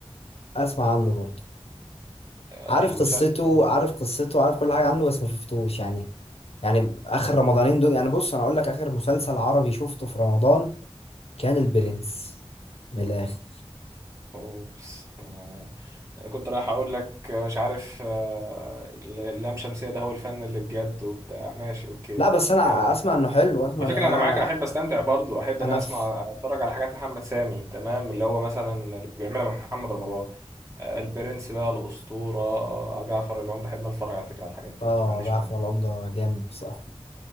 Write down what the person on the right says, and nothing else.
آه،
المسلسل
ده
مم.
اوبس آه، أنا كنت رايح اقول لك آه، مش عارف آه، اللام شمسية ده هو الفن اللي بجد وبتاع ماشي اوكي
اوكي
انا
على
فكرة أنا معاك أنا أحب أستمتع برضو أحب
إن أنا أسمع
أتفرج على حاجات محمد سامي تمام اللي هو مثلا اللي بيعملها محمد رمضان آه، البرنس بقى الأسطورة آه، جعفر العمدة أحب أتفرج على فكرة على الحاجات ديت
ما عنديش
مانع